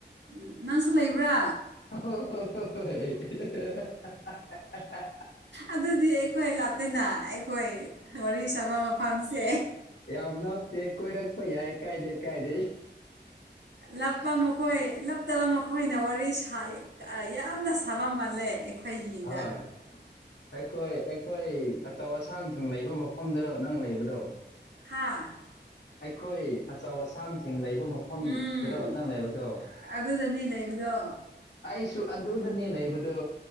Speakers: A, on the right; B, on the left.
A: ꯎꯝ ꯅꯪꯁꯨ ꯂꯩꯕ꯭ꯔꯥ
B: ꯍ ꯍꯣ ꯍ ꯍ
A: ꯑꯗꯨꯗꯤ ꯑꯩꯈꯣꯏ ꯂꯥꯇꯅ ꯑꯩꯈꯣꯏ ꯋꯥꯔꯤ ꯁꯥꯕ ꯃꯐꯝꯁꯦ
B: ꯌꯥꯝ ꯂꯞꯇꯦ ꯀꯣꯏꯔꯛꯄ ꯌꯥꯏ ꯀꯥꯏꯗꯦ ꯀꯥꯏꯗꯦ
A: ꯂꯄꯨ ꯑꯣꯏ ꯂꯞꯇꯕ ꯃꯈꯣꯏꯅ ꯋꯥꯔꯤ ꯌꯥꯝꯅ ꯁꯥꯕ ꯃꯥꯜꯂꯦ ꯑꯩꯈꯣꯏꯒꯤꯗ
B: ꯍ ꯑꯩꯈꯣꯏ ꯑꯩꯈꯣꯏ ꯑꯆꯧ ꯑꯁꯥꯡꯁꯤꯡ ꯂꯩꯕ ꯃꯐꯝꯗꯗꯣ ꯅꯪ ꯂꯩꯕꯗꯣ
A: ꯍꯥꯥ
B: ꯑꯩꯈꯣꯏ ꯑꯆꯧ ꯑꯁꯥꯡꯁꯤꯡ ꯂꯩꯕ ꯃꯐꯝꯗꯔꯣ
A: ꯎꯝ
B: ꯅꯪ ꯂꯩꯕꯗꯣ
A: ꯑꯗꯨꯗꯅꯤ ꯂꯩꯕꯗꯣ
B: ꯑꯩꯁꯨ ꯑꯗꯨꯗꯅꯤ ꯂꯩꯕꯗꯣ